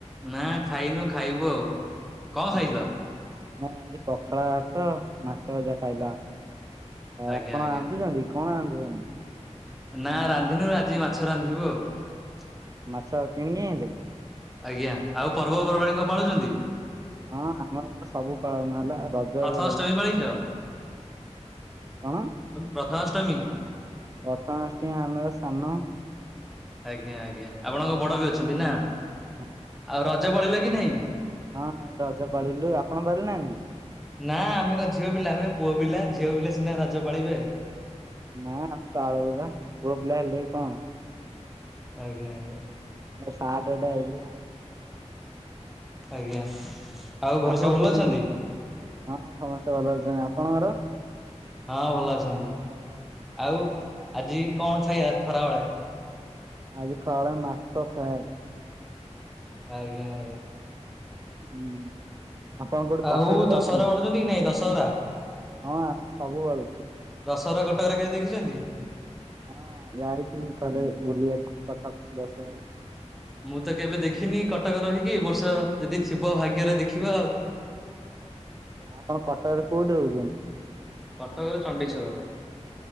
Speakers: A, in the centre; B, on the right.
A: ନା ଖାଇନୁ ଖାଇବୁ ଆଉ କଣ
B: ଆଉ
A: ଖାଇଲ?
B: ଆମେ ଆଜି ପଖାଳ ଭାତ ମାଛ ଭଜା ଖାଇଲା। ହଁ
A: ଆଜ୍ଞା
B: ଆପଣ
A: ଆଜ୍ଞା।
B: ରାନ୍ଧୁଛନ୍ତି କଣ ରାନ୍ଧୁଛନ୍ତି?
A: ନା ରାନ୍ଧିନୁ ଆଜି ମାଛ ରାନ୍ଧିବୁ ଆଉ।
B: ମାଛ କିଣିକି ଆଣିଲେ?
A: ଆଜ୍ଞା ଆଉ ପର୍ବପର୍ବାଣୀ କଣ ପାଳୁଛନ୍ତି?
B: ହଁ ଆମର ଗଟେ ସବୁ ପାଳନ ହେଲା। ରଜ
A: ପ୍ରଥଷ୍ଟମୀ
B: ଏବେ ଗଲା
A: ପାଳିଚ
B: କଣ
A: ପ୍ରଥମାଷ୍ଟମୀ।
B: ପ୍ରଥମାଷ୍ଟମୀ ଆମେ ବା ସାନ।
A: ଆଜ୍ଞା-ଆଜ୍ଞା ଆପଣଙ୍କ ବଡ ବି ଅଛନ୍ତି ନା।
B: ହଁ
A: ଆଉ ରଜ ପଳିଲ କି ନାଇଁ?
B: ହଁ ରଜ ପାଳିଲୁ ଆପଣ ପାଳି ନାହାନ୍ତି।
A: ନା ଆମେ ଝିଅ ପିଲା ଆମେ ପୁଅ ପିଲା ଝିଅ ପିଲା ସିନା ରାଜ ପାଳିବେ।
B: ନାଁ ଆମେ ପାଳୁ ବା ପୁଅ ପିଲା ହେଲେ କଣ?
A: ଆଜ୍ଞା-ଆଜ୍ଞା।
B: ଏ ସାଠ ଗୋଟେ ହେଇଥିଲା।
A: ଆଜ୍ଞା। ଆଉ ଘରେ
B: ଆପଣ
A: ସବୁ ଭଲ
B: କୋଉଠି
A: ଅଛନ୍ତି?
B: ହଁ ସମସ୍ତେ ଭଲ ଅଛନ୍ତି ଆପଣଙ୍କର
A: ହଁ ଭଲ ଅଛନ୍ତି ଆଉ ଆଜି କଣ ଖାଇବା ଖରାବେଳେ?
B: ଆଜି ଖରାବେଳେ ମାଛ ଫ୍ରାଏ।
A: ଆଜ୍ଞା-ଆଜ୍ଞା।
B: ହୁଁ ଆପଣ କୋଉଠି କଟକରେ
A: ଆଉ ଦଶହରା
B: ଅଛନ୍ତି।
A: ବଳୁଛନ୍ତି କି ନାଇଁ ଦଶହରା?
B: ହଁ ଆମେ ସବୁ <unintelligible>
A: ଦଶହରା କଟକରେ କେବେ ଦେଖିଛନ୍ତି?
B: ହଁ ଯାଇଥିଲୁ ଥରେ ବୁଲିବାକୁ କଟକ ଦଶହରା।
A: ମୁଁ ତ କେବେ ଦେଖିନି କଟକ ରହିକି ଏବ ବର୍ଷ ଯଦି ଥିବ ଭାଗ୍ୟରେ ଦେଖିବ ଆଉ। <inaudible>
B: ଆପଣ କଟକରେ କୋଉଠି ରହୁଛନ୍ତି?
A: କଟକରେ ଚଣ୍ଡିଛକ।